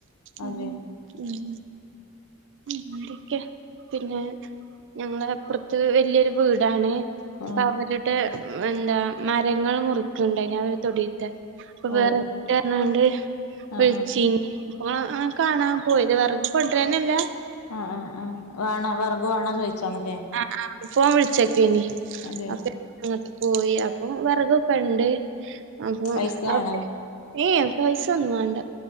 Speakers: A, on the left; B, on the right.
A: അതെ
B: ഉം ഉം എന്തൊക്കെയ പിന്നെ ഞങ്ങളപ്പ്റത്ത് വല്ല്യൊരു വീടാണ്
A: ആഹ്
B: അപ്പൊ അവരുടെ എന്താ മരങ്ങള് മുറിക്ക്ണ്ടായ്നി അവരെ തൊടി അപ്പൊ
A: ഓ
B: വെറെക്ണ്ടർഞ്ഞാണ്ട്
A: ആഹ്
B: വിൾച്ചീനി
A: ആഹ്
B: ഇപ്പൊങ്ങള് കാണാ പോയ്ത് വെറക് കൊണ്ടരാനല്ല
A: ആ ആ ആ വാണോ വെറക് വാണോ ചോയ്ച്ചാന്ലേ
B: ആ ആ ഫോൺ വിൾച്ചക്കേനി
A: അതെ
B: അപ്പ അങ്ങട്ട് പോയി അപ്പൊ വെറകൊക്കെണ്ട് അപ്പൊ
A: പൈസ
B: എ
A: വേണോ
B: ഏ പൈസൊന്നും വാണ്ട